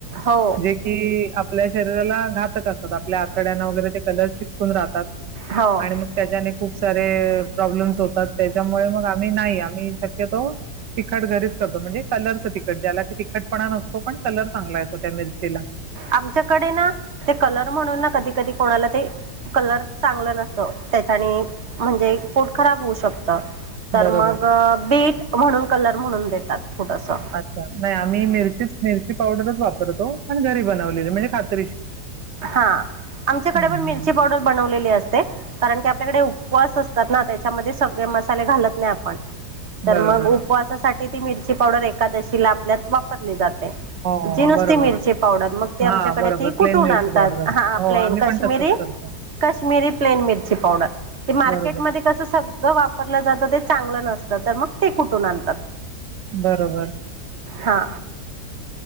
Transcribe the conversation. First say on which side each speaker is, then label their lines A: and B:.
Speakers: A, on the right; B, on the right.
A: हो
B: जे कि आपल्या शरीराला घातक आपल्या आतड वगैरे कलर चटकून राहतात
A: हो
B: आणि मग त्याच्याने खूप सारे प्रॉब्लेम्स होतात त्याच्यामुळे मग आम्ही नाही आम्ही शक्यतो तिखट घरीच करतो म्हणजे कलरचं तिकखट ज्याला त तिखटपणा नसतो पण कलर चांगला येतो त्या मिरचीला.
A: आमच्याकडे ना ते कलर म्हणून ना कधी कधी कोणाला ते कलर चांगलं नसतं त्याच्याने म्हणजे पोट खराब होऊ शकत तर
B: बरोबर.
A: मग बीट म्हणून कलर म्हणून देतात थोडंसं
B: अच्छा नाही आम्ही मिरचीच मिरची पावडरच वापरतो पण घरी बनवलेली म्हणजे खात
A: हा आमच्याकडे
B: हम्म.
A: पण मिरची पावडर बनवलेली असते. कारण की आपल्याकडे उपवास अस त्याच्यामध्ये सगळे मसाले घालत नाही आपण तर
B: बरोबर
A: मग उपवासासाठी ती मिरची पावडर एकादशीला आपल्यात <unintelligible> जाते
B: हो हो.
A: नुसती
B: बरोबर
A: मिरची पावडर मग ते
B: हा
A: आमच्याकडे
B: बरोबर
A: कुूठून
B: प्लेन मिरची
A: आणतात. हा
B: पावडर असते हो
A: प्लेन
B: आम्ही
A: कश्मीरी
B: पण तसंच करतो.
A: काश्मीरी प्लेन मिरची पावडर ते मार्केटमध्येध्ये
B: बरोबर.
A: कस सगळं वापरलं जातं ते चांगलं नसतं. तर मग ते कुठून आणतात.
B: बरोबर.
A: हा